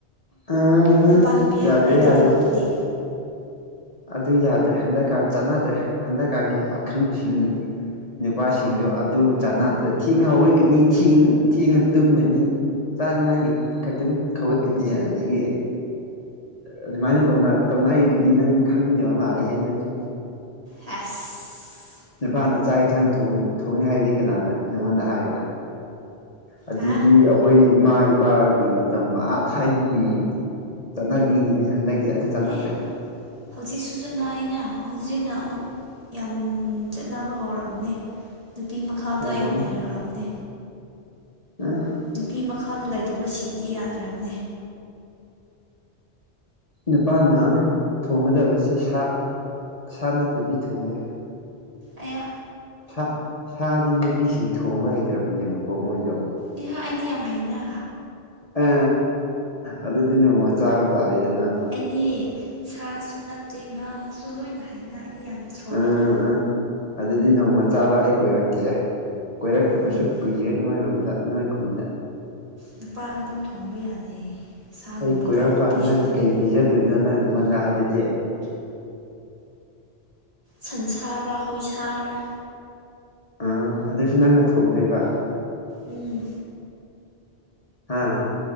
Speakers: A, on the left; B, on the right.
A: ꯑꯥ
B: ꯅꯨꯄꯥ ꯅꯨꯄꯤ ꯍꯥꯏꯕ
A: ꯌꯥꯗ꯭ꯔꯦ
B: ꯂꯩꯇꯦ
A: ꯌꯥꯗ꯭ꯔꯦ
B: ꯊꯕꯛꯄꯨꯗꯤ
A: ꯑꯗꯨ ꯌꯥꯗ꯭ꯔꯦ ꯍꯟꯗꯛꯀꯥꯟ ꯆꯠꯅꯗ꯭ꯔꯦ ꯍꯟꯗꯛꯀꯥꯟꯒꯤ ꯄꯥꯈꯪꯁꯤꯡ ꯅꯨꯄꯥꯁꯤꯡꯗꯣ ꯑꯗꯨ ꯆꯥꯟꯅꯗ꯭ꯔ ꯊꯦꯡꯉ ꯍꯧꯏꯀꯅꯤ ꯊꯦꯡꯉ ꯇꯨꯝꯒꯅꯤ ꯆꯥꯅꯤꯉꯥꯏꯒꯤ ꯈꯛꯇꯪ ꯈꯒꯠꯀꯅꯤ ꯑꯗꯒꯤ ꯑꯗꯨꯃꯥꯏꯅ ꯇ ꯇꯧꯅꯏꯗꯨꯗꯤ ꯅꯪ ꯈꯪꯗꯕ ꯃꯥꯜꯂꯦꯍꯦ ꯅꯪꯁꯦ
B: ꯑꯁ
A: ꯅꯨꯄꯥꯅ ꯆꯥꯛ ꯌꯦꯟꯁꯥꯡ ꯊꯣꯡꯏꯤ ꯍꯥꯏꯕꯗꯤ ꯀꯅꯥꯅ ꯅꯪꯉꯣꯟꯗ ꯍꯥꯏꯕ ꯑꯗꯨꯗꯤ
B: ꯍꯥ
A: ꯑꯩꯈꯣꯏ ꯏꯃꯥ ꯏꯄꯥꯒꯤ ꯃꯇꯝ ꯑꯥ ꯊꯥꯏꯅ ꯆꯠꯅꯕꯤꯅꯤꯅꯦ ꯍꯟꯗꯛꯇꯗꯤ ꯑꯗꯨ ꯆꯠꯅꯗ꯭ꯔꯦ
B: ꯍꯦ ꯍꯧꯖꯤꯛꯁꯨ ꯆꯠꯅꯩꯩꯅ ꯍꯧꯖꯤꯛꯅ ꯑꯃꯨꯛ ꯌꯥꯝ ꯆꯠꯅꯕ ꯍꯧꯔꯕꯝꯅꯦ ꯅꯨꯄꯤ ꯃꯈꯥꯗꯣ
A: ꯌꯥꯗ꯭ꯔꯦ
B: ꯌꯥꯝ ꯂꯩꯈ꯭ꯔꯕꯅꯦ
A: ꯑ
B: ꯅꯨꯄꯤ ꯃꯈꯥꯗ ꯂꯩꯇꯕꯁꯤꯡꯗꯤ ꯌꯥꯗ꯭ꯔꯕꯅꯦ
A: ꯅꯨꯄꯥꯅ ꯊꯣꯡꯒꯗꯕꯁꯦ ꯁꯥ ꯁꯥ ꯅꯠꯇꯗꯤ ꯊꯣꯡꯗꯦ
B: ꯑꯌꯥ
A: ꯁꯥ ꯁꯥꯗꯤ ꯅꯨꯄꯤꯁꯤꯡ ꯊꯣꯡꯕ ꯍꯩꯇ꯭ꯔꯕꯅꯦꯕꯀꯣ ꯃꯣꯏꯗꯣ
B: ꯑꯦꯍ ꯑꯩꯗꯤ ꯌꯥꯝ ꯍꯩꯅ
A: ꯑ ꯑꯗꯨꯗꯤ ꯅꯣꯡꯃ ꯆꯥꯕ ꯇꯥꯔꯦꯗ
B: ꯑꯩꯒꯤ ꯁꯥꯁꯨ ꯅꯠꯇꯦ ꯉꯥꯁꯨ ꯂꯣꯏꯅ ꯍꯩꯅ ꯑꯩꯅ ꯌꯥꯝ ꯁꯣꯡꯉꯦꯅ
A: ꯑꯥ ꯑꯥ ꯑꯗꯨꯗꯤ ꯅꯣꯡꯃ ꯆꯥꯕ ꯑꯩ ꯀꯣꯏꯔꯛꯀꯦ ꯀꯣꯏꯔꯛꯇꯕꯁꯨ
B: ꯑꯗꯨꯅꯦ
A: ꯀꯨꯏꯔꯦ ꯅꯣꯏꯔꯣꯝꯗ ꯅꯣꯏ ꯈꯨꯟꯗ
B: ꯅꯨꯄꯥ ꯈꯛꯇꯪ ꯊꯣꯡꯕ ꯌꯥꯗꯦ ꯁꯥꯒꯨꯝꯕꯗꯤ
A: ꯑꯩ ꯀꯨꯏꯔꯛꯄ
B: ꯅꯨꯄꯤꯁꯨ
A: ꯀꯥꯟꯗ ꯅꯪ
B: ꯍꯩꯕꯅꯦ
A: ꯀꯩ ꯄꯤꯖꯗꯣꯏꯅꯣ ꯅꯪ ꯑꯩꯉꯣꯟꯗ ꯑꯗꯨꯗꯤ
B: ꯁꯟꯁꯥꯔ ꯍꯣꯏ ꯁꯥꯔꯥ
A: ꯑꯥ ꯑꯗꯨꯏꯁꯨ ꯅꯪꯅ ꯊꯣꯡꯗꯣꯏꯕ
B: ꯎꯝ
A: ꯍꯥꯥ